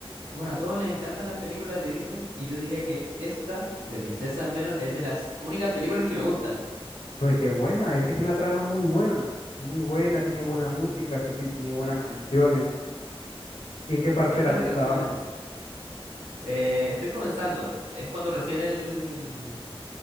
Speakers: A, on the right; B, on the left.
A: bueno, a todos les encantan las películas de Disney y yo diría que esta, de princesa al menos, es de las únicas películas que me gustan.
B: no, es que es buena, es que tiene una trama muy buena, muy buena, tiene buena música, eso sí, tiene buenas canciones. ¿Y en qué parte
A: Tiene
B: de
A: buenas
B: la película
A: canciones.
B: va?
A: Eh, estoy comenzando. Es cuando recién el...